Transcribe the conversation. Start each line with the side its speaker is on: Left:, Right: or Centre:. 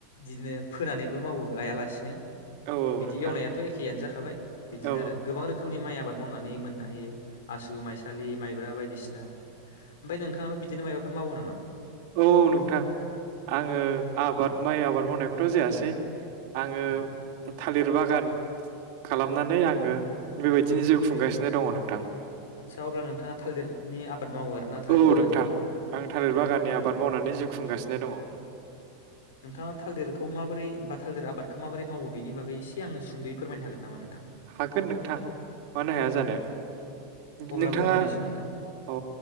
Left: बिदिनो फोनानैबो मावो गायालासिनो
Right: औ औ
Left: बिदि
Right: नोंथां
Left: एवनायाथ' एखेयानो जाखाबाय बिदिनो
Right: औ
Left: आरो
Right: औ
Left: गोबां रोखोमनि माइ आबाद मावनानै मोननो हायो आसु माइसालि माइब्रा बायदिसिना आरो ओमफाय नोंथाङाबो बिदिनो माबाफोर मावो नामा
Right: औ नोंथां आङो आबाद मावो माइ मावनायखोथ' जायासै आङो थालिर बागान खालामनानै आङो बेबायदिनो जिउ खुंगासिनो दङ नोंथां
Left: आदसा अब्ला नोंथाङा थालिरनि आबाद मावो आरोना थालिर
Right: औ
Left: बागाननि
Right: नोंथां आं थालिर बागाननि आबाद मावनानै जिउ खुंगासिनो दङ
Left: नोंथाङा थालिरखौ माबोरै बा थालिर आबादखौ माबोरै मावो बेनि बागै एसे आंनो सुंद'यै फोरायनो हागोन नामा नोंथां
Right: हागोन नोंथां मानो हाया जानो
Left: अब्ला
Right: नोंथाङा
Left: फोरमायनायसै नोंथां
Right: औ